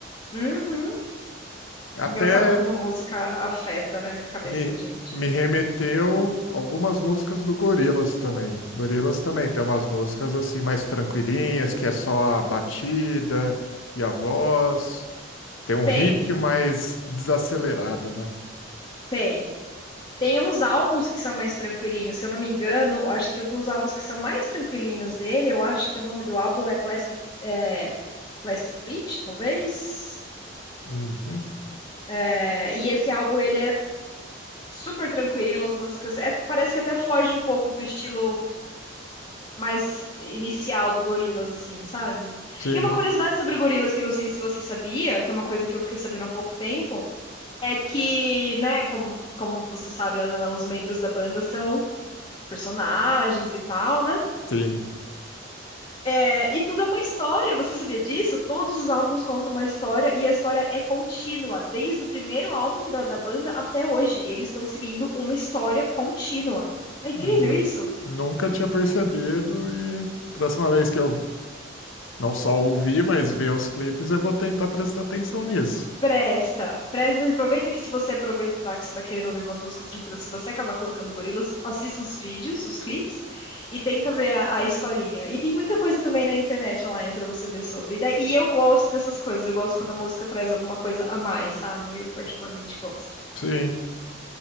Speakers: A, on the left; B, on the left.
A: Uhum.
B: Até
A: Engraçado como a música afeta, né, a cabeça
B: me,
A: da gente.
B: me remeteu algumas músicas do Gorillaz também. Gorillaz também tem umas músicas assim mais tranquilinhas, que é só a batida e a voz. Tem um
A: Tem,
B: ritmo mais desacelerado, né?
A: tem. Tem uns álbuns que são mais tranquilinhos, se eu não me engano, acho que um dos álbuns que são mais tranquilinhos dele, eu acho que o nome do álbum é Plastic, é, Plastic Beach, talvez.
B: Uhum.
A: É, e esse álbum ele é super tranquilo, as músicas é, parece que até foge um pouco do estilo mais inicial do Gorillaz, assim, sabe?
B: Sim,
A: E uma curiosidade sobre o Gorillaz que eu não sei se você sabia, que é uma coisa que eu fiquei sabendo há pouco tempo, é que, né, como, como você sabe, a- os membros da banda são personagens e tal, né?
B: sim.
A: É, e tudo é uma história, você sabia disso? Todos os álbuns contam uma história e a história é contínua, desde o primeiro álbum da, da banda até hoje. Eles estão seguindo uma história contínua. É incrível
B: Hum,
A: isso?
B: Nunca tinha percebido e próxima vez que eu não só ouvir, mas ver os clipes, eu vou tentar prestar atenção nisso.
A: Presta, presta, aproveita que se você aproveitar que você tá querendo ouvir umas músicas tranquilas, se você acabar colocando gorilas, assista os vídeos, os clipes e tenta ver a, a historinha. E tem muita coisa também na internet online pra você ver sobre. E daí e eu gosto dessas coisas, eu gosto quando a música traz alguma coisa a mais, sabe? Eu particularmente gosto.
B: Sim,